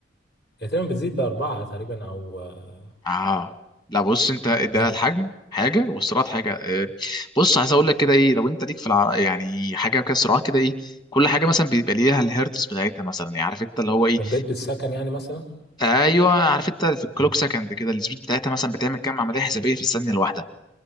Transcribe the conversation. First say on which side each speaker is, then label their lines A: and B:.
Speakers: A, on the left; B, on the left.
A: هي تقريبا بتزيد بأربعة تقريبا او آه،
B: اه لا بص انت ده
A: ممكن.
B: الحجم حاجه والسرعات حاجه آه، بص عايز اقول لك كده ايه لو انت ليك في الع... يعني حاجه كده سرعات كده ايه كل حاجه مثلا بيبقى ليها الهيرتز بتاعتها مثلا يعني عارف انت اللي هو ايه
A: البيت بالسكن يعني مثلا
B: ايوه عارف انت في الكلوك
A: مم.
B: سكند كده السبيد بتاعتها مثلا بتعمل كام عمليه حسابيه في الثانيه الواحده